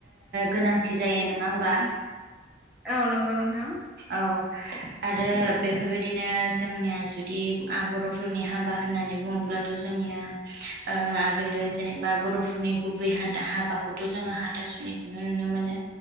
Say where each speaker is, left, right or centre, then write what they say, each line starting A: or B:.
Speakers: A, on the right; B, in the centre.
A: गोनांथि जायो नङा होमबा।
B: औ नंगौ नोंथां।
A: औ आरो बेफोरबायदिनो जोंनिया जुदि आ बर'फोरनि हाबा होननानै बुङोब्लाथ' जोंनिया ओ आगोलो जेनेबा बर'फोरनि गुबै हाबाखौथ' जोङो हाथासुनि खौनो नुनो मोनो